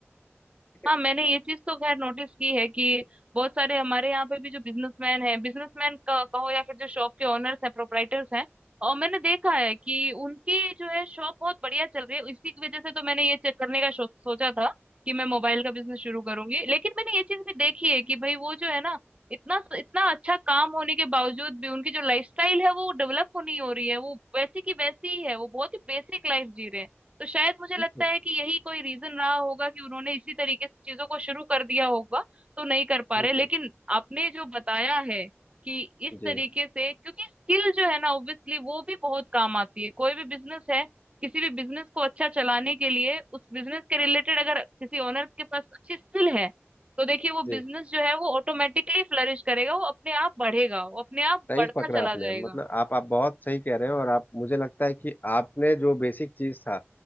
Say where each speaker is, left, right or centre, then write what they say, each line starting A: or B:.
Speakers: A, on the left; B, on the right.
A: ठीक है
B: हाँ मैंने ये चीज तो खैर नोटिस की है कि बहुत सारे हमारे यहाँ पे भी जो बिजनेसमैन हैं बिजनेसमैन का कहो या फिर जो शॉप के ओनर्स हैं प्रोपराइटर्स हैं और मैंने देखा है कि उनकी जो है शॉप बहुत बढ़िया चल रही है इसी की वजह से तो मैंने ये चेक करने का शो, सोचा था कि मैं मोबाइल का बिजनेस शुरू करूंगी लेकिन मैंने ये चीज भी देखी है कि भाई वो जो है ना इतना इतना अच्छा काम होने के बावजूद भी उनकी जो लाइफस्टाइल है वो डेवलप होनी हो रही है वो वैसी की वैसी ही है वो बहुत ही बेसिक लाइफ जी रहे हैं तो शायद मुझे
A: बिल्कुल
B: लगता है कि यही कोई रीजन रहा होगा कि उन्होंने इसी तरीके से चीजों को शुरू कर दिया होगा तो नहीं कर पा
A: बिल्कुल
B: रहे लेकिन आपने जो बताया है कि इस
A: जी
B: तरीके से क्योंकि स्किल जो है ना ऑब्वियसली वो भी बहुत काम आती है कोई भी बिजनेस है किसी भी बिजनेस को अच्छा चलाने के लिए उस बिजनेस के रिलेटेड अगर किसी ओनर के पास अच्छी स्किल है तो देखिए वो
A: जी
B: बिजनेस जो है वो ऑटोमेटिकली फ्लरिश करेगा वो अपने आप बढ़ेगा वो अपने आप
A: सही
B: बढ़ता
A: पकड़ा
B: चला
A: आपने
B: जाएगा
A: मतलब आप आप बहुत सही कह रहे हैं और आप मुझे लगता है कि आपने जो बेसिक चीज था